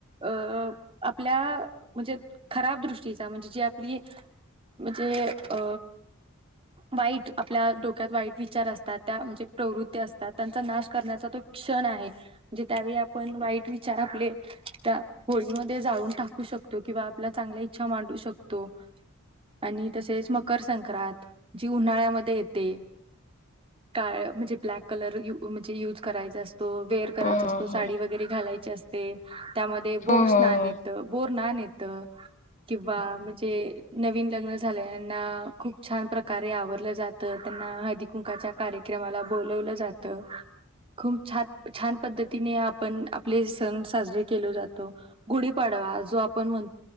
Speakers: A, on the right (about 25°); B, on the left (about 35°).
A: अ आपल्या म्हणजे खराब दृष्टीचा म्हणजे जी आपली म्हणजे अ वाईट आपल्या डोक्यात वाईट विचार असतात त्या म्हणजे प्रवृत्ती असतात त्यांचा नाश करण्याचा तो क्षण आहे म्हणजे त्यावेळी आपण वाईट विचार आपले त्या होळीमध्ये जाळून टाकू शकतो किंवा आपल्या चांगल्या इच्छा मांडू शकतो आणि तसेच मकर संक्रांत जी उन्हाळ्याम मध्ये येते काळ म्हणजे ब्लॅक कलर म्हणजे युज करायच अस तो वेअर करायचा
B: हो हो
A: असतो
B: हो
A: साडी वगैरे घालायची अस ते त्यामध्ये बोर
B: हो
A: स्नान
B: हो
A: येतं
B: हो.
A: बोरणान ये किंवा म्हणजे नवीन लग्न झाल्याना खूप छान प्रकारे आवरलं जा त्यांना हळदी कुंकाच्या कार्यक्रमाला बोलवल जात खूप छान छान पद्धतीने आपण आपले सण साजरे केल जात गुढीपाडवा जो आपण म्हण